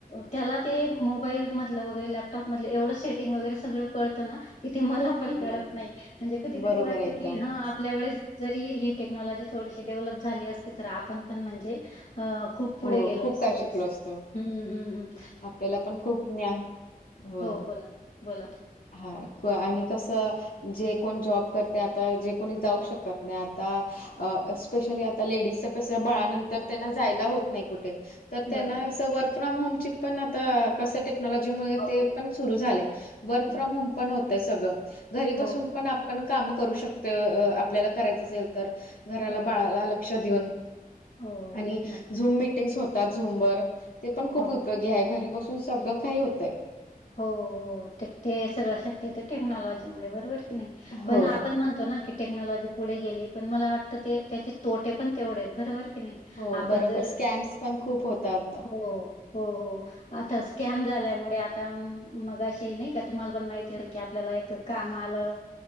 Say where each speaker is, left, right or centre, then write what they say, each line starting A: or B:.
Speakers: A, on the left (about 55°); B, on the left (about 75°).
A: त्याला ते. मोबाईल मधल वगैरे लॅपटॉप मध एवढं सेटिंग वगैरे सगळ कळत ना की ते मला. पण
B: बरो
A: कळत नाही म्हणजे कधी-कधी
B: बरोबर
A: वाटत
B: एकदम
A: की हा आपल्या वेळेस जरी ही टेक्नॉलॉजी थोडीशी डेव्हलप झाली असती तर आपण पण म्हणजे अ खूप पुढे
B: हो
A: गेलो
B: खूप
A: असतो
B: काय शिकलो
A: अस,
B: असतो
A: हम्मम्म हम्.
B: आपल्याला पण खूप ज्ञान, हो.
A: बोला बोला
B: हा, काॅ आणि कसं. जे कोण जॉब करतय आता जे कोणी जाऊ शकत नाही आता अ स्पेशली आता लेडीजच कस बाळानंतर त्यांना जायला होत नाही कुठे. तर
A: तुम्ही
B: त्यांना
A: बरोबर
B: अस वर्क फ्रॉम होमची पण आता कसं ट टक्नॉलॉजी मुळ
A: हो
B: ते पण सुरू झाले वर्क
A: बरोबर
B: फ्रॉम होम पण होतय सगळं घरी
A: हो
B: बसून पण. पण काम करू शकतो आपल्याला करायचं असेल तर घराला,
A: हो
B: बाळाला लक्ष देऊन
A: हो
B: आणि
A: नक्कीच
B: झुम मिटींग्स होतात झुमवर ती पण खुप
A: हो हो
B: घ्या घरी बसून सगळं काही होतंय.
A: हो हो, तर ते सगळं शक्य टेक्नॉलॉजी मुळे बरोबर. नाही
B: हो
A: पण आपण म्हणतो ना कि. टेक्नॉलॉजी पुढे गेली पण मला वाटतं ते त्याचे तोटे पण तेवढे आहेत बरोबर. की नाही
B: हो
A: आपण
B: बरोबर
A: जर
B: स्कॅम्स पण खूप होतात
A: हो. हो हो, आता स्कॅम झालामुळे. आता मगाशी नाही का तुम्हाला पण माहिती असेल की आपल्याला एक काम आलं.